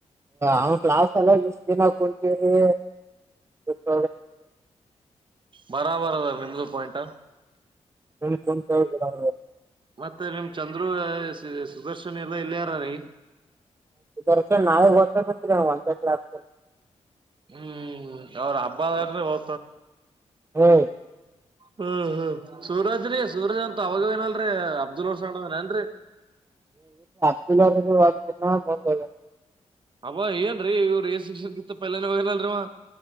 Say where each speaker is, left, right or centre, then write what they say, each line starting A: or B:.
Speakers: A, on the right (about 25°); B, on the right (about 40°).
A: ಅವನ್ ಕ್ಲಾಸ್ ಎಲ್ಲ ಇಷ್ಟ ದಿನ ಕುೂತೀರಿ ಸತ
B: ಬರಬರ ಅದ ನಿು ಪಯಂಟ್
A: ಕ ಕನ್ ಕ ಕ
B: ಮತ್ತೆ ನಿಮ್ ಚಂದ್ರು ಸುದರ್ಶನ ಎಲ್ಲಾ ಇಲ್ಲಿಯಾರ ರೀ
A: ದರ್ಶನ್ ನಾಯ ಹೊತ ಮರಿ ಹವಂಂತಲ್ಲತ
B: ಹ್ಮ್ ಅವ್ರ ಹಬ್ಬದ ಹ್ಮ
A: ಹ್ಮ್
B: ಹ್ಮ್ ಹ್ಮ್ ಸೂರಜ್ರೀ ಸೂರಜ್ ಅಂತ ಅವಾಗವೇನಲ್ರೀ ಅಬ್ದುಲ್ ರಸಡದಾನ ಏನ್ರಿ
A: ಬಲಾನಗ ವಿ ಬ
B: ಅಬ್ ಏನ್ರೀ ಇವ್ ರ ಶಿಕ್ಷಗಿತ್ತ ಪಲ್ನ ಹೋಗನಲ್ರರಿವಾ